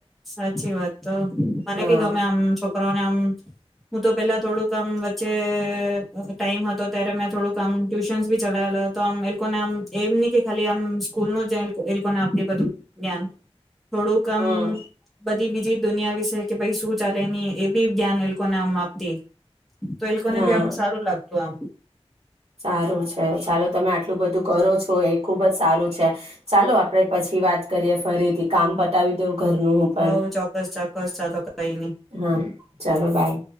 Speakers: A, in the centre; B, on the right (about 60°).
A: સાચી વાત તો મને
B: હા
A: બી ગમે આમ છોકરાઓને આમ હું તો પેલા થોડુંક મ વચ્ચે ટાઈમ હતો ત્યારે મેં થોડુંક આમ ટ્યુશનસ ભી ચલાવેલા હતો, આમ એ લોકોને આમ એમ નહ કે ખાલી આમ સ્કૂલ ન જ એ લોકોને આપ બધું જ્ઞાન થોડુંકમ
B: હમ
A: બધી બીજી દુનિયા વિશે કે ભાઈ, શું ચાલે ની એ બી જ્ઞાન એ લોકોને આમ આપતી. તો એ લોકોને
B: હા
A: ભી આમ સારું લાગ તો આમ
B: સારું છે, ચાલો તમે આટલું બધું કરો છો એ ખુબ જ સારું છે, ચાલો આપડે પછી વાત કરીએ ફરીથી કામ પતાવી દઉ ઘરનું હું પણ
A: હવ ચોક્કસ ચોક્કસ ચાલો કઈ ની
B: હા ચાલો બાય